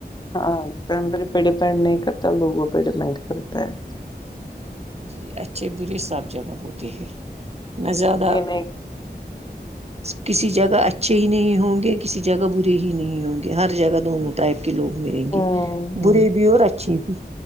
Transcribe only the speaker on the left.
ہاں پ پیڑے پینٹ نہیں کرتا لوگوں پی ڈے پینڈ کرتا ہے
یہ نہیں
ہوں
ہوں